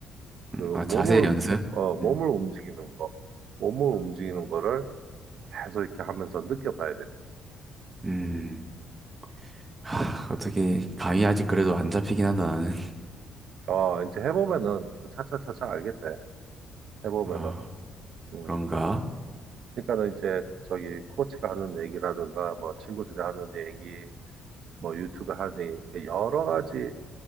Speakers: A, on the right; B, on the right.
A: 그 몸을,
B: 아, 자세 연습?
A: 어, 어, 몸을
B: 음,
A: 움직이는 거, 몸을 움직이는 거를 계속 이렇게 하면서 느껴봐야 돼요.
B: 음. 하, 어떻게 감이 아직 그래도 안 잡히긴 한다 나는.
A: 어, 이제 해보면은 그 차차차차 알게 돼. 해보면은.
B: 아,
A: 음.
B: 그런가?
A: 그러니까는 이제 저기 코치가 하는 얘기라든가 뭐 친구들이 하는 얘기, 뭐 유튜브 하는 얘기, 여러 가지